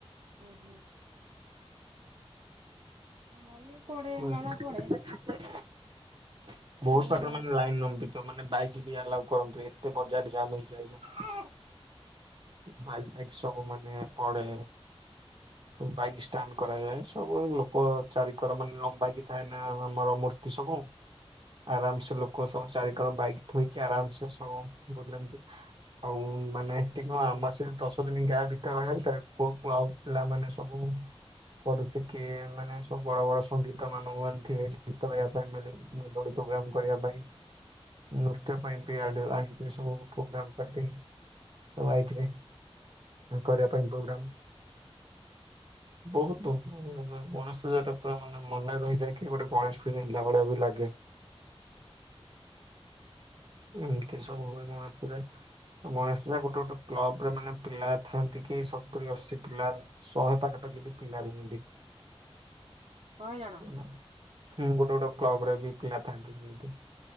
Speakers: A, on the right; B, on the right.
A: ଉଁ ହୁଁ। ଆମର ବି ପଡେ
B: ହୁଏ।
A: ମେଳା ପଡେ।
B: ବହୁତ
A: ସବୁ
B: ପାଟରେ ମାନେ ଲାଇନ ନମ ମାନେ ବାଇକ୍ ବି ଆଲାଉ କରନ୍ତି ଏତେ ବଜାର ଜାମ୍ ହେଇଯାଏ ଯେ।
A: ଆଁ
B: ବାଇକ ଫାଇକ୍ ସବୁ ମାନେ ପଡେ। ବାଇକ ଷ୍ଟାଣ୍ଡ କରାଯାଏ ସବୁ ଲୋକ ଚାରିିକର ମାନେ ଲମ୍ବାଇକି ଥାଏ ନା ଆମର ମୂର୍ତ୍ତି ସବୁ। ଆରାମସେ ଲୋକ ସବୁ ଚାରି କଣ ବାଇକ ଥୋଇକି ଆରାମସେ ସବୁ ବୁଲନ୍ତି। ଆଉ ମାନେ ଏଠି କଁ ଆମ ସେ ଦଶ ଦିନି ଗାଁ ଭିତରେ ରହିଆ ଭିତରେ କୋଉ ଆଉ ପିଲାମାନେ ସବୁ କରୁଛି କିଏ ମାନେ ସବୁ ବଡ ବଡ ସଙ୍ଗୀତ ମାନଙ୍କୁ ଆଣଥିବେ ଗୀତ ଗାଇବା ପାଇଁ ମେଲୋଡି <unintelligible> ପ୍ରୋଗ୍ରାମ କରିବା ପାଇଁ ନୃତ୍ୟ ପାଇଁ ପିଆଡ ଆଣି ଏ ସବୁ ପୋଗ୍ରାମ ପାଟି। ସବୁ ଆଇଥିବେ କରିଆ ପାଇଁ ପୋଗ୍ରାମ। ବହୁତ ଧୁମଧାମ ମାନେ ଗଣେଶ ପୂଜା ଟା ପୁରା ମାନେ ମନେ ରହିଯାଏକି ଗୋଟେ ଗଣେଶ ପୂଜା ହେଲା ଭଳିଆ ବି ଲାଗେ। ଏମତି ସବୁ ହୁଏ ଗଣେଶ ପୂଜାରେ, ଗଣେଶ ଗୋଟେ ଗୋଟେ କ୍ଲବ ରେ ମାନେ ପିଲା ଥାନ୍ତି କି ସତୁରି ଅଶୀ ପିଲା। ଶହେ ପାଖାପାଖି ବି ପିଲା ରୁହନ୍ତି।
A: ଶହେ ଜଣ।
B: ଉଁ ହୁଁ ଗୋଟେ ଗୋଟେ କ୍ଲବ ରେ ବି ପିଲା ଥାଆନ୍ତି କେମିତି।